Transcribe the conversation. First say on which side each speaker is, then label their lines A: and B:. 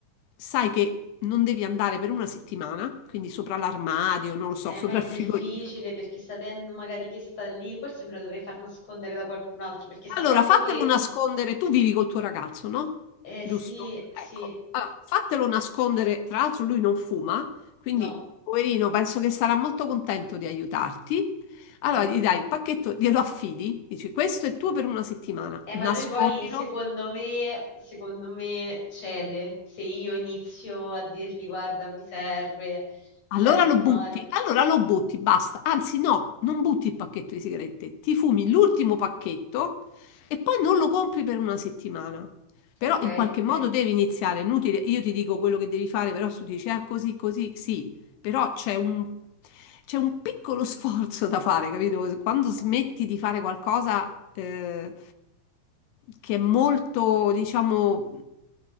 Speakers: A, on the left; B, on the left.
A: sai che non devi andare per una settimana, quindi sopra l'armadio, non lo so,
B: Eh,
A: sopra
B: ma è
A: il
B: difficile
A: frigorifero.
B: perché sapendo magari che sta lì, forse me lo dovrei far nascondere da qualcun altro, perché sapendo
A: Allora, fatelo
B: che...
A: nascondere, tu vivi col tuo ragazzo, no?
B: Eh,
A: Giusto?
B: sì, sì,
A: Ecco. Allora, fatelo nascondere, tra l'altro lui non fuma, quindi
B: no.
A: poverino, penso che sarà molto contento di aiutarti. Allora,
B: Mm.
A: gli dai il pacchetto, glielo affidi, dici questo è tuo per una settimana,
B: Eh,
A: nascondilo,
B: ma lui poi, secondo me, secondo me cede. Se io inizio a dirgli, guarda, mi serve, mi
A: Allora
B: sento
A: lo
B: male.
A: butti, allora lo butti, basta. Anzi, no, non butti il pacchetto di sigarette, ti fumi l'ultimo pacchetto e poi non lo compri per una settimana.
B: Ok?
A: Però
B: Eh
A: in qualche modo Ok. devi iniziare, è inutile, io ti dico quello che devi fare, però tu dici, ah, così, così, sì, però c'è un, c'è un piccolo sforzo da fare, capito? Quando smetti di fare qualcosa eh, che è molto, diciamo